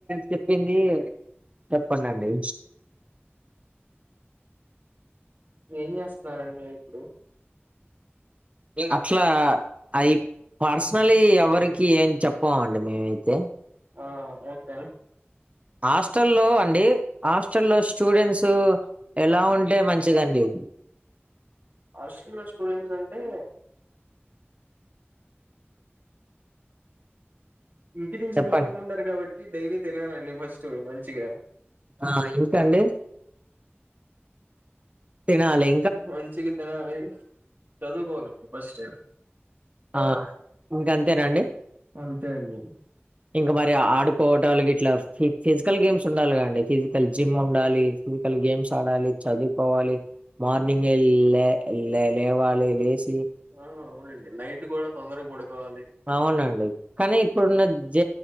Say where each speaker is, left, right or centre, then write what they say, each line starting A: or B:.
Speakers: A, on the right (about 30°); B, on the right (about 45°).
A: చెప్పింది చెప్పండి అండి
B: ఏం చేస్తున్నారండి ఇప్పుడు
A: అట్లా అవి పర్సనల్ వి ఎవరికి ఏం చెప్పామండి మేమైతే
B: ఆ ఓకే
A: హాస్టల్ల్లో అండి హాస్టల్లో స్టూడెంట్స్ ఎలా ఉంటే మంచిదండి
B: హాస్టల్ లో స్టూడెంట్స్ అంటే ఇంటి నుంచి
A: చెప్పండి
B: దూరంగా ఉండారు కాబట్టి డైలీ తినాలండి ఫస్ట్ మంచిగా
A: ఆ ఇంకా అండి తినలీ
B: మంచిగ తినాలి చదువుకోవాలండి ఫస్ట్
A: ఆ ఇంకంతేనాండి
B: అంతే అండి
A: ఇంకా మరి ఆడుకోవటాలు గిట్లా ఫిజికల్ గేమ్స్ ఉండాలిగా అండి ఫిజికల్ జిమ్ ఉండాలి ఫిజికల్ గేమ్స్ ఆడాలి చదువుకోవాలి మార్నింగే లే లే లేవాలి లేచి
B: ఆ అవునండి నైట్ కూడా తొందరగా పడుకోవాలి
A: అవునండి కానీ ఇప్పుడున్న జ